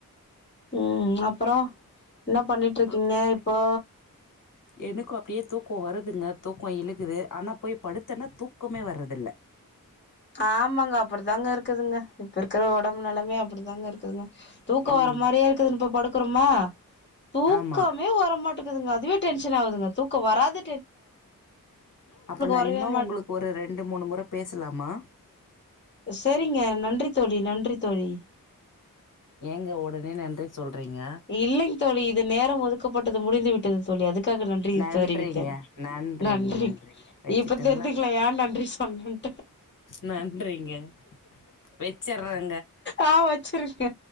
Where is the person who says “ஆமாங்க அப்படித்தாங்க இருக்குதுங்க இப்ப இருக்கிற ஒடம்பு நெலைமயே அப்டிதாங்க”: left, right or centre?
Left